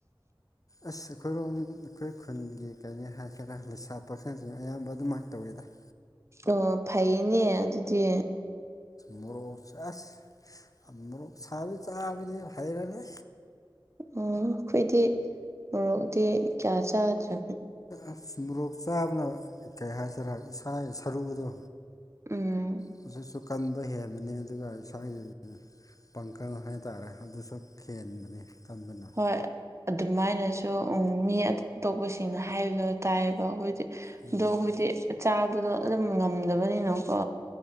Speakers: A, on the left (about 40°); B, on the right (about 35°).
A: ꯑꯁ ꯑꯩꯈꯣꯏꯔꯣꯝ ꯑꯩꯈꯣꯏ ꯈꯨꯟꯒꯤ ꯀꯩꯅꯦ ꯍꯥꯏꯒꯦꯔꯥ ꯂꯩꯁꯥ ꯄꯥꯈꯪꯁꯤꯡ ꯑꯌꯥꯝꯕ ꯑꯗꯨꯃꯥꯏꯅ ꯇꯧꯋꯤꯗ <inaudible>
B: ꯑꯣ ꯐꯩꯌꯦꯅꯦ ꯑꯗꯨꯗꯤ
A: ꯃꯣꯔꯣꯛꯁꯦ ꯑꯁ ꯃꯣꯔꯣꯛ ꯁꯥꯕꯁꯨ ꯆꯥꯕꯗꯤ ꯍꯩꯔꯅꯤ
B: ꯑꯝ ꯈꯣꯏꯗꯤ ꯃꯣꯔꯣꯛꯗꯤ ꯀꯌꯥ ꯆꯥꯗ꯭ꯔꯦ
A: ꯑꯁ ꯃꯣꯔꯣꯛ ꯆꯥꯕꯅ ꯀꯩ ꯍꯥꯏꯁꯤꯔꯥ ꯏꯁꯥꯒꯤ ꯁꯔꯨꯗꯣ
B: ꯎꯝ
A: ꯍꯧꯖꯤꯛꯁꯨ ꯀꯟꯕ ꯍꯦꯟꯕꯅꯤ ꯑꯗꯨꯒ ꯏꯁꯥꯒꯤ ꯄꯥꯡꯀꯜ ꯍꯥꯏꯇꯥꯔꯦ ꯑꯗꯨꯁꯨ ꯈꯦꯟꯕꯅꯤ ꯀꯟꯕꯅ
B: ꯍꯣꯏ ꯑꯗꯨꯃꯥꯏꯅꯁꯨ ꯃꯤ ꯑꯇꯣꯞꯄꯁꯤꯡꯅ ꯍꯥꯏꯕꯗꯣ ꯇꯥꯏꯌꯦꯕ ꯈꯣꯏꯗꯤ
A: ꯎꯝ
B: ꯑꯗꯣ ꯑꯈꯣꯏꯗꯤ ꯆꯥꯕꯗꯣ ꯑꯗꯨꯝ ꯉꯝꯗꯕꯅꯤꯅꯀꯣ